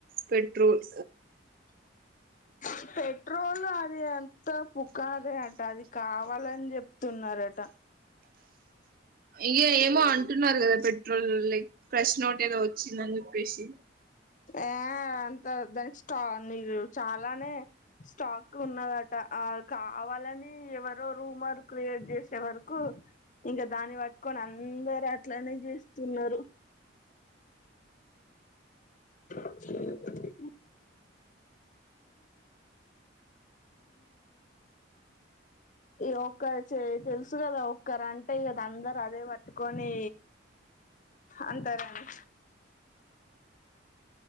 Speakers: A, on the right; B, on the left.
A: పెట్రోల్
B: స పెట్రోలు అది ఎంత పుకారే అట అది కావాలని చెప్తున్నారట
A: ఇక ఏమో అంటున్నారు కదా పెట్రోల్ లైక్ ప్ర్రెష్ నోట్ ఏదో వచ్చిందని చెప్పేసి
B: ఆ అంత ఉంద్ స్ నీకు చాలానే స్టాక్ ఉన్నదట ఆ కావాలని ఎవరో రూమర్ క్రియేట్ చేసే వరకు ఇంకా దాన్ని పట్టుకొని అందర అట్లనే చేస్తున్నారు టిటి ఈ ఒ తెలుసు కదా ఒక్కరు అంటే కద అందరు అదే పట్టుకొని అంటారండి